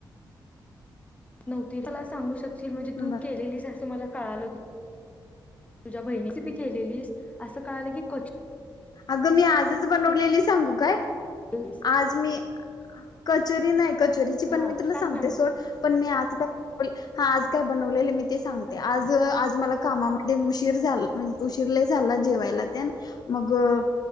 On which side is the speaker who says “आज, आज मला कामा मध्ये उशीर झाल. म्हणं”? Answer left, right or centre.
Left